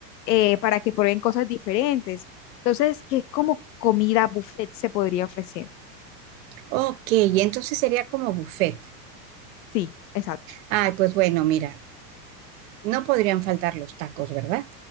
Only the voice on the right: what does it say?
Ok, y entonces sería como buffet.
Ay, pues bueno, mira, no podrían faltar los tacos, ¿verdad?